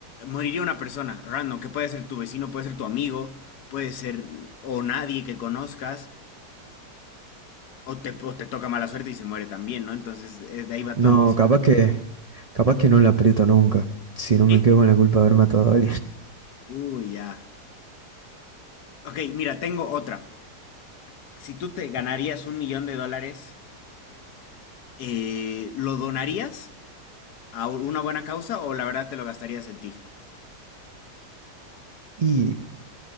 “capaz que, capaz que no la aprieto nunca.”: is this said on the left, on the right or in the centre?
Right